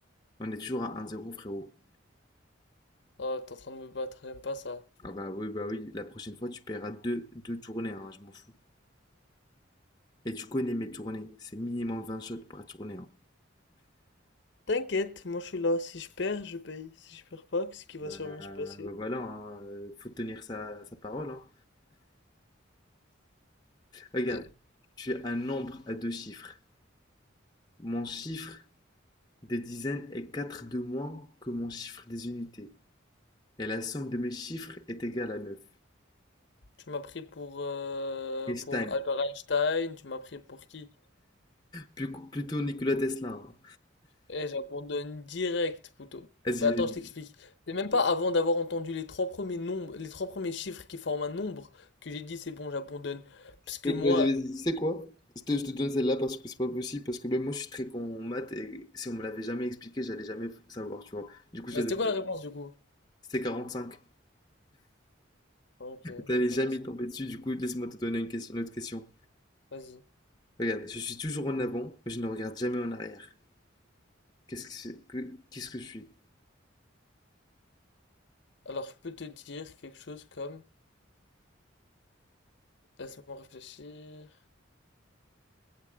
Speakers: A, on the left; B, on the left.
A: On est toujours à un zéro, frérot.
B: Oh, t'es en train de me battre, j'aime pas ça.
A: Ah bah oui, bah oui, la prochaine fois, tu paieras deux, deux tournées, hein, je m'en fous. Et tu connais mes tournées, c'est minimum 20 shots par tournée. hein.
B: T'inquiète, moi je suis là. Si je perds, je paye. Si je perds pas, ce qui va
A: Bah,
B: sûrement
A: bah
B: se passer.
A: voilà, hein, euh, faut tenir sa, sa parole, hein. Regarde,
B: Et
A: tu es un nombre à deux chiffres. Mon chiffre des dizaines est 4 de moins que mon chiffre des unités. Et la somme de mes chiffres est égale à 9.
B: Tu m'as pris pour, euh,
A: Einstein,
B: pour Albert Einstein, tu m'as pris pour qui?
A: Plus- plutôt Nikola Tesla. hein.
B: Eh, j'abandonne direct, plutôt.
A: Vas-y,
B: Bah attends,
A: vas-y.
B: je t'explique. C'est même pas avant d'avoir entendu les trois premiers nombres, les trois premiers chiffres qui forment un nombre que j'ai dit c'est bon, j'abandonne. Parce que
A: Mec,
B: moi,
A: Vas-y, vas-y. Tu sais quoi? Je te, je te donne celle-là parce que c'est pas possible, parce que même moi je suis très con en maths et si on me l'avait jamais expliqué, j'allais jamais savoir, tu vois. Du coup, je
B: bah
A: te
B: c'était
A: donne.
B: quoi la réponse du coup?
A: C'était 45.
B: Ah, Ok,
A: T'allais
B: intéressant.
A: jamais tomber dessus, du coup, laisse-moi te donner une question, une autre question.
B: Vas-y.
A: Regarde, je suis toujours en avant, mais je ne regarde jamais en arrière. Qu'est-ce que, c'est que- qu'est-ce que je suis?
B: Alors je peux te dire quelque chose comme, laisse-moi réfléchir.